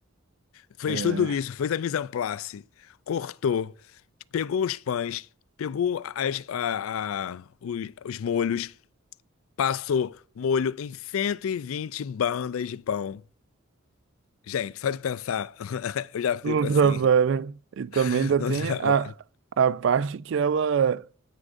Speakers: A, on the left; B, on the right.
A: Fez
B: é,
A: tudo isso, fez a mise en place, cortou, pegou os pães, pegou as- a- a- os, os molhos, passou molho em 120 bandas de pão. Gente, só de pensar, <laughs> eu já fico
B: no
A: assim
B: trabalho. E também
A: <laughs>
B: ainda
A: no
B: tem
A: trabalho.
B: a, a parte que ela